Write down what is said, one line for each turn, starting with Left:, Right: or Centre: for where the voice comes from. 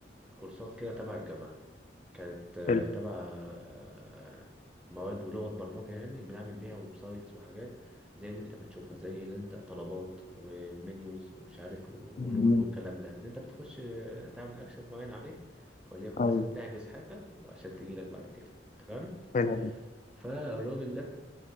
Centre: كورسات كده تبع الجامعه كانت آه،
Left: حلو
Centre: تبع آه، مواد ولغة برمجة يعني بنعمل بيها ويب سايتس وحاجات زي اللي انت بتشوفها زي اللي انت طلبات والمنيوز ومش عارف ونون
Left: مم.
Centre: والكلام ده اللي انت بتخش آه، تعمل اكشن معين عليه وليكن
Left: أيوة،
Centre: مثلا بتحجز حاجة وعشان تجيلك بعد كده تمام
Left: حلو.
Centre: فالراجل ده